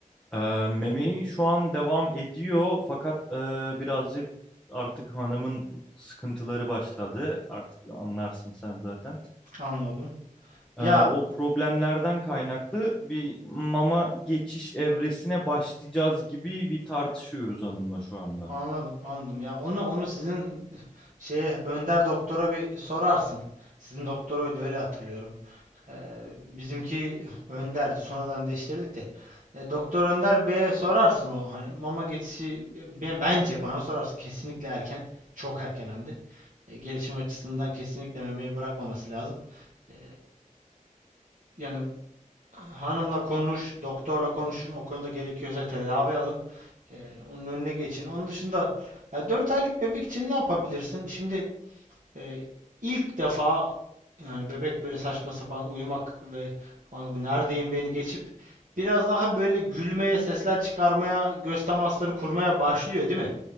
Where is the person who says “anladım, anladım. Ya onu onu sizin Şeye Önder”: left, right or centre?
Right